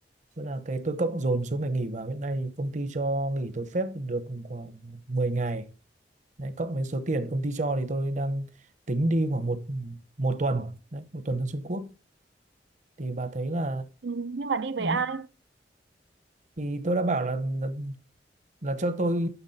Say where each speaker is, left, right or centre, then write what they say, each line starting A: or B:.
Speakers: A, on the right; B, on the right.
A: Tức là cái tôi cộng dồn số ngày nghỉ vào hiện nay công ty cho nghỉ tôi phép được khoảng 10 ngày đấy, cộng với số tiền công ty cho thì tôi đang tính đi khoảng một một tuần đấy, một tuần sang Trung Quốc thì bà thấy là
B: Ừ. Nhưng mà đi với
A: ờ,
B: ai?
A: thì tôi đã bảo là, là là cho tôi